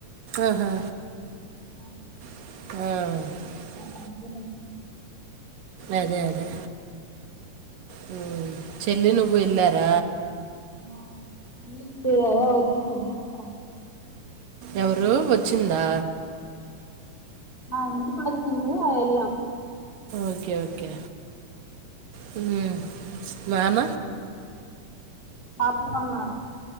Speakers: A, on the right; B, on the left.
A: ఆహా
B: హా
A: ఆ
B: ఎం జో తెల్ స <unintelligible>
A: అదే అదే మ్మ్ చెల్లి నువ్వు ఎలారా
B: ఆ ఎల్లుం దిగ <unintelligible> వచిండా ఆ
A: ఎవరు వచ్చిందా
B: మా ఇంటి కొచ్చింది అ ఎళ్ళం
A: ఓకే ఓకే హ్మ్ మాన
B: ఆపు అన్నారు